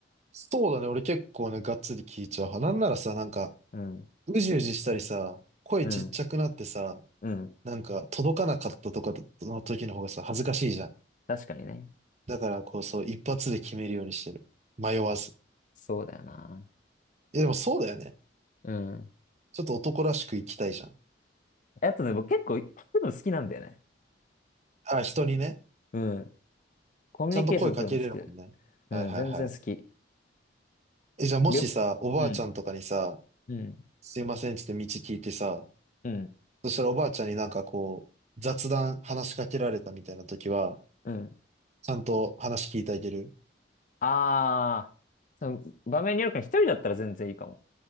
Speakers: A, on the right (about 35°); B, on the left (about 45°).
A: そうだね。俺結構ね、がっつり聞いちゃう派。なんならさ、なんか、
B: うん。
A: うじうじしたりさ、声ちっちゃくなってさ、
B: うん。うん。
A: なんか、届かなかったとかの時の方がさ、恥ずかしいじゃん。
B: 確かにね。
A: だから、こう、そう、一発で決めるようにしてる。迷わず。
B: そうだよな。
A: え、でもそうだよね。
B: うん。
A: ちょっと男らしく生きたいじゃん。
B: あとね、僕結構聞くの好きなんだよね。
A: あ、人にね。
B: うん。コミュニケーション取るの好きだよ。
A: ちゃんと声かけれるもんね。はいはいはい。
B: うん。全然好き。
A: え、じゃあもしさ、
B: りょうん。
A: おばあちゃんとかにさ、
B: うん。
A: すいませんっつって道聞いてさ、
B: うん。
A: そしたらおばあちゃんになんかこう、雑談話しかけられたみたいな時は、
B: うん。
A: ちゃんと話聞いてあげる。
B: ああ、その場面によるから一人だったら全然いいかも。